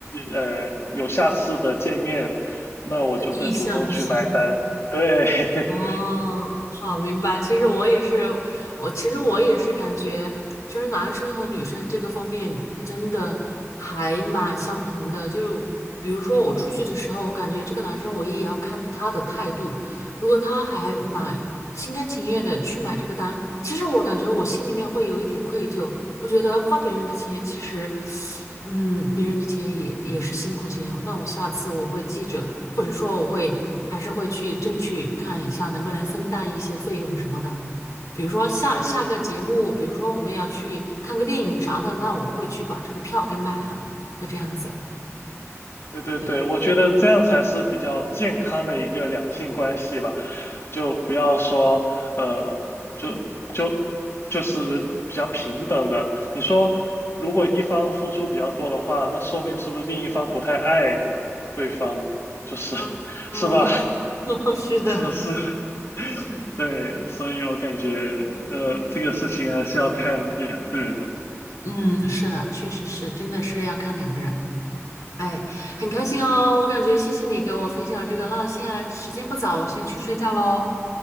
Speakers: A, on the left; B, on the left.
A: 呃，有下次的见面，那我就会主动去买单。
B: 的意向吗？<laughs>
A: 对，<laughs>
B: 哦，好，明白。其实我也是，我其实我也是感觉，其实男生和女生这个方面真的还蛮相同的。就比如说我出去的时候，我感觉这个男生我也要看他的态度。如果他还蛮心甘情愿的去买这个单，其实我感觉我心里面会有一点愧疚。我觉得花别人的钱，其实，嗯，别人的钱也也是辛苦钱哦。那我下次我会记着，或者说我会还是会去争取看一下能不能分担一些费用什么的。比如说下下个节目，
A: 对对。
B: 比如说我们要去看个电影啥的，那我会去把这个票给买了，会这样子。
A: 对对对，
B: 对，
A: 我觉得这样才是比较健康的一个两性关系吧，就不要说呃，就就就是比较平等的。你说，如果一方付出比较多的话，那说明是不是另一方不太爱对方呢？就是
B: 嗯，
A: <laughs>
B: 嗯
A: 是吧？
B: <laughs> 是的。
A: 是是，<laughs> 对，所以我感觉呃，这个事情还是要看两个人的。
B: 嗯，是的，确实是，真的是要看两个人。哎，
A: 嗯
B: 很开心哦，我感觉谢谢你给我分享这个。那现在时间不早，我先去睡觉喽。